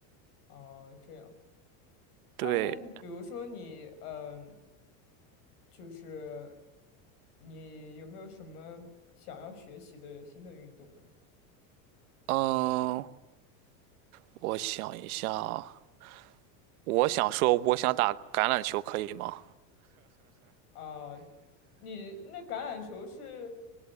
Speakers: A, on the left; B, on the right.
A: 哦这样。啊，
B: 对，
A: 那你比如说你，嗯、就是你有没有什么想要学习的新的运动呢？
B: 嗯，我想一下啊，我想说，我想打橄榄球，可以吗？
A: 啊，你那橄榄球是，